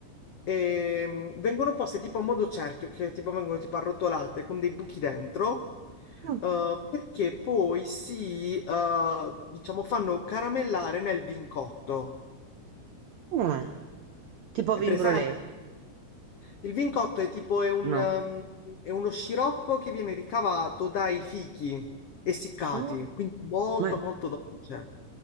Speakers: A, on the left; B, on the right.
A: E, mm, vengono poste tipo a modo cerchio, che tipo vengono tipo arrotolate con dei buchi dentro.
B: Mh.
A: eh, perché poi si, eh, diciamo, fanno caramellare nel vincotto.
B: Ah. Tipo
A: È presente?
B: vin brulé?
A: Il vincotto è tipo è un,
B: No.
A: ehm, è uno sciroppo che viene ricavato dai fichi essiccati,
B: No?
A: quindi molto
B: Ma
A: molto dolce.